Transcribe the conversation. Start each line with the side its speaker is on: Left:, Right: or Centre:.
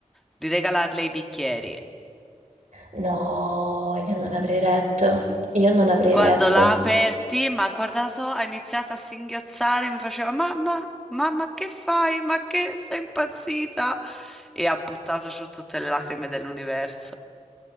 Centre: di regalarle i bicchieri.
Right: No, io non avrei retto. Io non avrei
Centre: Quando
Right: retto.
Centre: l'ha aperti, mi ha guardato, ha iniziato a singhiozzare, mi faceva Mamma, mamma, che fai? Ma che sei impazzita? E ha buttato giù tutte le lacrime dell'universo.